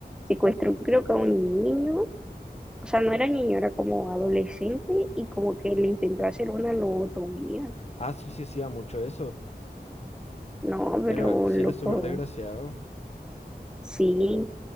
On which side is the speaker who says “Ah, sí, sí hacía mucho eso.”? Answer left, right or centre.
Left